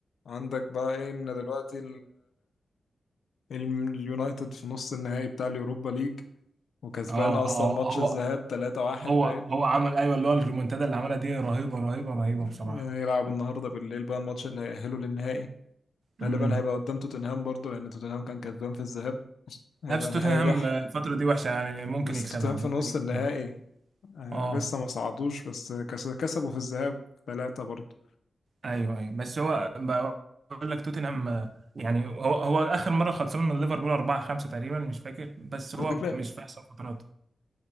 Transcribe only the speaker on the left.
عندك بقى ايه ان دلوقتي الم- اليونايتد في نص النهائي بتاع اليوروبا ليج وكسبان
اصلا
ماتش
الذهاب 3-1
باين
يعني
هيلعب النهارده بالليل بقى الماتش اللي هيأهله للنهائي
غالبا هيبقى قدام توتنهام برضه لان توتنهام كان كسبان في الذهاب هيبقى
نهائي ضحك
بس
توتنهام في
نص
النهائي آه
لسه ما صعدوش بس كس- كسبوا في الذهاب ثلاثة برضه
الفكرة